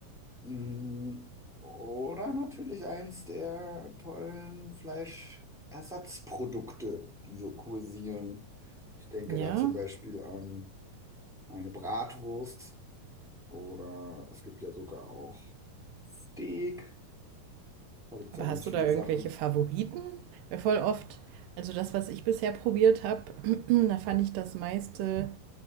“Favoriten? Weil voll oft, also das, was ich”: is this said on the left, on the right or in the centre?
Right